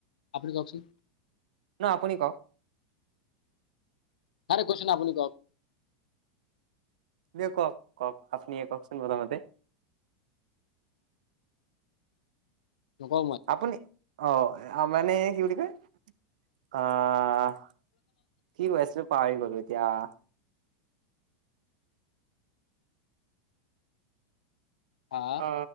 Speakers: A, on the left; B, on the right.
A: আপুনি কওকচোন
B: ন আপুনি কওক
A: আৰে কৈছো ন আপুনিওক
B: দে কওক-কওক আপুনি কওকচোন প্ৰথমতে৷
A: নকও মই৷
B: আপুনি অ মানে কি বুলি কয় আহ কি কৈ আছিলো পাহৰি গলো এতিয়া৷
A: হা
B: অ